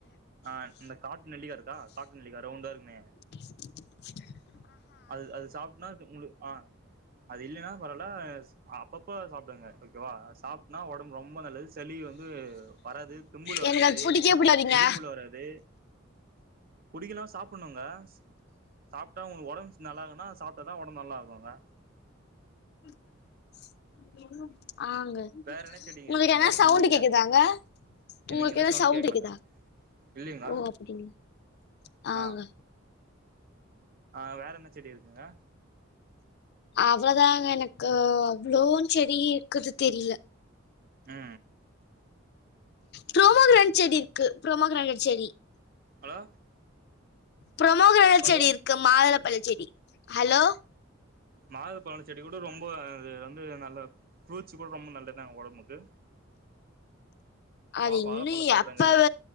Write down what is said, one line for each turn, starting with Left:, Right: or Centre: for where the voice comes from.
Right: ஆ அந்த காட்டு நெல்லிக்கா இருக்கா காட்டு நெல்லிக்கா ரவுண்டா இருக்குமே
Left: <unintelligible>
Right: அது அது சாப்னா அது உங்களு ஆ அது இல்லைன்னா பரவால ச் அப்பப்ப சாப்டுங்க ஓகேவா சாப்டனா ஒடம்பு ரொம்ப நல்லது சளி வந்து வராது தும்பல் வராது
Left: எனக்கு அது புடிக்கவே புடிக்காதுங்க
Right: இரும்புல் வராது கபுடிக்கலா சாப்பணுங்க ச் சாப்ட்டா உங்களுக்கு ஒடம்பு நல்லா இல்லனா சாப் டா தா ஒடம்பு நல்லா இருக்குங்க
Left: <inaudible> ஆங்க
Right: வேற என்ன செடிங்க
Left: உங்களுக்கு
Right: இருக்குங்க
Left: எதா
Right: உங்க
Left: சவுண்டு
Right: வீட்ல
Left: கேக்குதாங்க
Right: என்னங்க
Left: உங்களுக்கு
Right: என்ன
Left: ஏதா
Right: சொல்ட்டு
Left: சவுண்ட்
Right: கேக்கலங்க
Left: இக்குதா
Right: இல்லைங்களா
Left: ஓ அப்டிங்குளா ஆங்க
Right: ஆ ஆ வேற என்ன செடி இருக்குங்க
Left: அவ்வதா எனக்கு அவ்ளோ செடி இருக்குது தெரில
Right: ஆ
Left: ப்ரோமோ கிராண் செடி இருக்கு ப்ரோமோ கிராணட் செடி
Right: ஹலோ
Left: ப்ரோமோகரேணட்
Right: ஹலோ
Left: செடி இருக்கு மாதள பழ செடி ஹலோ
Right: மாதளப்பழ செடி கூட ரொம்ப அது வந்து நல்ல ஃப்ரூட்ஸ் கூட ரொம்ப நல்லதாங்க ஒடம்புக்கு
Left: அது
Right: வா
Left: இன்னு
Right: வாழப்பழ சாப்டுங்க
Left: எப்ப வ